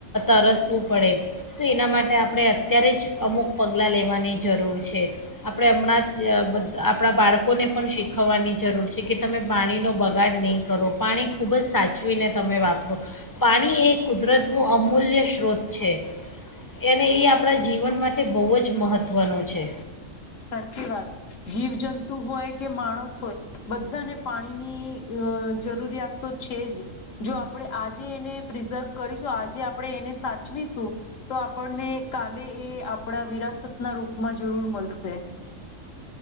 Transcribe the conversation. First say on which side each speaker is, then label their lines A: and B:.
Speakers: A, on the left; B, on the left.
A: તરસવું પડે, તો એના માટે આપણે અત્યારે જ અમુક પગલાં લેવાની જરૂર છે. આપડે હમણાં આપડા બાળકોને પણ શીખવવાની જરૂર છે, કે તમે પાણીનો બગાડ નઈ કરો પાણી ખૂબજ સાચવીને તમે વાપરો પાણી એ કુદરતનું અમૂલ્ય સ્ત્રોત છે અને એ આપણા જીવન માટે બહુજ મહત્ત્વનો છે.
B: સાચી વાત. જીવજંતુ હોય કે માણસ હોય બધાને પાણીની જરૂરિયાત તો છેજ. જો આપડે આજે એને પ્રિઝર્વ કરીશું, આજે આપડે એને સાચવીશું તો આપણને કાલે એ આપડા વિરાસતના રૂપમાં જરૂર મળશે. <inaudible>